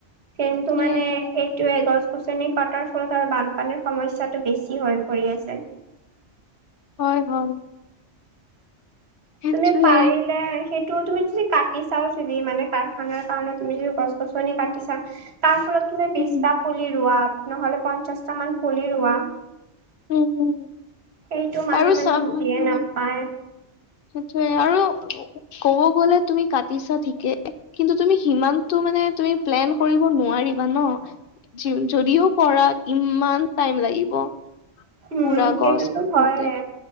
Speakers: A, on the right (about 65°); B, on the left (about 60°).
A: কিন্তু
B: সেয়েহে
A: মানে সেই গছ গছনি কটাৰ ফলত আৰু বানপানীৰ সমস্যাটো বেছি হৈ পৰি আছে।
B: হয়- হয়। সেইটোৱে
A: তুমি পাৰিলে সেইটোও তুমি যদি ক কাটি চাও যদি মানে কাৰখানাৰ কাৰণে তুমি যদি গছ গছনি কাটিছা তাৰ ফলত তুমি বিশটা
B: উম
A: পুলি ৰোৱা নহ'লে পঞ্চাশটা মান পুলি ৰোৱা।
B: উম-হম
A: সেইটো মানুহে
B: আৰু
A: মানে
B: চাব--উম
A: বুজিয়ে নাপায়
B: সেইটোয়ে। আৰু ক'ব গ'লে তুমি কাটিছা ঠিকে কিন্তু তুমি সিমানটো মানে তুমি প্লেন কৰিব নোৱাৰিবা ন? যদিও কৰা ইমান টাইম লাগিব। পুৰা
A: উম সেইটোতো
B: গছ ৰোওতে।
A: হয়ে